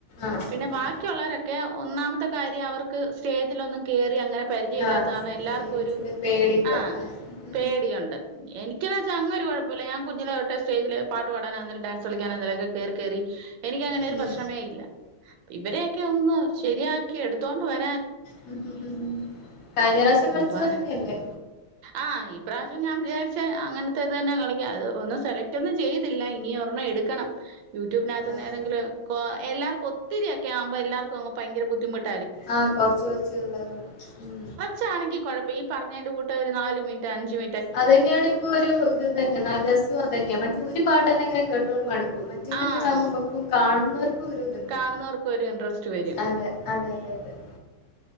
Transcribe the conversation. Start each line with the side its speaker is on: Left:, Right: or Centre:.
Left: ആഹ്
Right: പിന്നെ ബാക്കിയുള്ളവരൊക്കെ
Left: ആഹ്
Right: ഒന്നാമ ത്തെ കാര്യം അവർക്ക് സ്റ്റേജിലൊന്നും കേയറി അങ്ങനെ പരിചയ ഇല്ലാത്താവുമ്പം
Left: ആഹ് സ്റ്റേജിന്റെ
Right: എല്ലാർക്കു ഒരു
Left: പേടിണ്ടാവും
Right: ആ
Left: അത് ഉം
Right: പേടിയൊണ്ട് എനിക്ക്ന്ന് വെച്ചാ അങ്ങരു കൊഴപ്പൊല്ല ഞാൻ കുഞ്ഞിലെയൊ സ്റ്റേജില് പാട്ട് പാടാനാന്നേലും ഡാൻസ് കളിക്കാനാന്നേലും കേറിക്കേറി എനിക്കങ്ങനെ
Left: ഉം
Right: ഒരു പ്രശ്നമേ ഇല്ല ഇവരെയൊക്കെ ഒന്ന് ശരിയാ ക്കി എടുത്തോണ്ട് വ
Left: ഹും ഹും ഹും ഹും ഹും കഴിഞ്ഞ പ്രാവശ്യം കളിച്ചവര്
Right: പ്പ
Left: ന്നെല്ലേ
Right: ആഹ് ഈ പ്രാവശ്യം ഞാൻ വിചാരിചെ അങ്ങനത്തെ തന്നെ കളിക്കാം അത് ഒന്നും സെലക്ട് ഒന്നും ചെയ്തില്ല ഇനി ഒരെണം ഇടുക്കണം യൂട്യൂബിനകത്ത് നിന്ന്
Left: ആഹ്
Right: ഏതെങ്കിലും കോ എല്ലാർക്കും ഒത്തിരി ഒക്കെ ആവുമ്പോ എല്ലാർക്കും അങ്ങ് പയങ്കര ബുദ്ധിമുട്ട്
Left: ആഹ് കൊറച്ച് കൊറച്ച് ഉള്ളത് ഉം
Right: ച്ചാണെങ്കി കൊഴപ്പം ഈ പറഞ്ഞേൻ്റെ കൂട്ട് ഒരു നാല് മിനിട്ട് അഞ്ച് മിൻ
Left: അതന്ന്യോണ് ഇപ്പൊരുതനെ രസുതന്നെ മറ്റെ ഒരു പാട്ടന്നെങ്ങനെ കേട്ടു <unintelligible> മറ്റെ മറ്റതാവുമ്പോ
Right: ആഹ്
Left: മ്മക്കും കാണോ ർക്കും ഒര്ത്ണ്ടാവും
Right: കാണുന്നവർക്കും ഒരു ഇൻട്രസ്റ്റ് വരും
Left: അതെ അതെ <inaudible>